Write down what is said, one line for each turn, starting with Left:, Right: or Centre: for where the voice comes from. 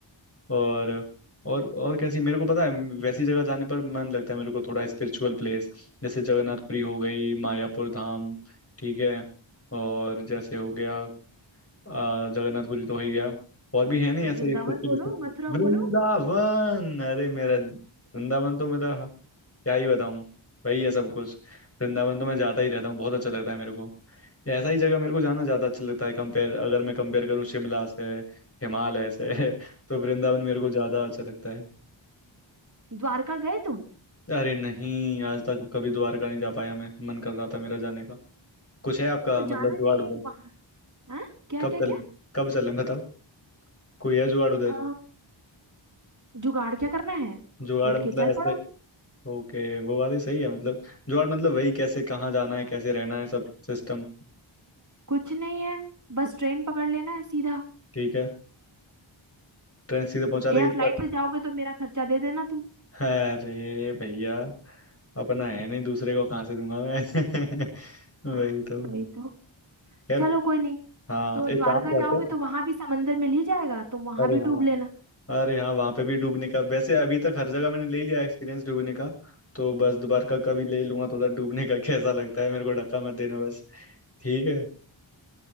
Left: और और और कैसी मेरे को पता है वैसी जगह जाने पर मन लगता है मेरे को थोड़ा स्पिरिचुअल प्लेस जैसे जगन्नाथपुरी हो गई मायापुर धाम ठीक है और जैसे हो गया आ, जगन्नाथपुरी तो हो ही गया और भी है नहीं ऐसे
Right: वृंदावन
Left: स्पिरिचुअल
Right: बोलो
Left: स्पिरिचुअल
Right: मथुरा
Left: वृंदावन
Right: बोलो
Left: अरे मेरा वृंदावन तो मेरा क्या ही बताऊं वही है सब कुछ वृंदावन तो मैं जाता ही रहता हूँ बहुत अच्छा लगता है मेरे को ये ऐसा ही जगह मेरे को जाना ज्यादा अच्छा लगता है कंपेयर अगर मैं कंपेयर करूँ शिमला से हिमालय से <laughs> तो वृंदावन मेरे
Right: आप
Left: को ज्यादा अच्छा लगता है
Right: द्वारका गए तुम
Left: अरे नहीं आज तक कभी द्वारका नहीं जा पाया मैं मन कर रहा था मेरा जाने का कुछ है आपका
Right: हाँ तो
Left: मतलब
Right: जाना
Left: जुगाड़
Right: चाहिए
Left: उधर
Right: वहाँ हाँ क्या
Left: कब
Right: क्या
Left: चलें
Right: क्या
Left: कब चलें बताओ कोई है जुगाड़ उधर
Right: अ, जुगाड़ क्या करना है
Left: जुगाड़
Right: उठ
Left: मतलब
Right: के चल
Left: ऐसे
Right: पड़ो
Left: ओके वो बात ही सही है मतलब जुगाड़ मतलब वही कैसे कहाँ जाना है कैसे रहना है सब सिस्टम
Right: कुछ नहीं है बस ट्रेन पकड़ लेना है सीधा
Left: ठीक है ट्रेन सीधे पहुंचा देगी
Right: या फ्लाइट से जाओगे तो मेरा खर्चा दे देना तुम
Left: अरे भैया अपना है नहीं दूसरे को कहाँ से दूंगा मैं <laughs> वही
Right: हाँ,
Left: तो
Right: वही तो
Left: खैर
Right: चलो कोई नहीं
Left: हाँ
Right: तो द्वारका
Left: एक काम करते
Right: जाओगे
Left: हैं
Right: तो वहां भी समंदर मिल ही जाएगा तुम वहां
Left: अरे
Right: भी
Left: हाँ
Right: डूब लेना
Left: अरे हाँ वहाँ पे भी डूबने का वैसे अभी तक हर जगह मैंने ले लिया एक्सपीरियंस डूबने का तो बस दोबारा का कभी ले लूंगा थोड़ा डूबने का <laughs> कैसा लगता है मेरे को धक्का मत देना बस ठीक है